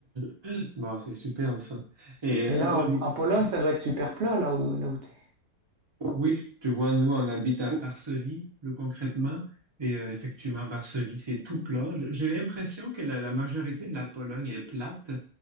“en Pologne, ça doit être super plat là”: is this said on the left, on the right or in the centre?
Right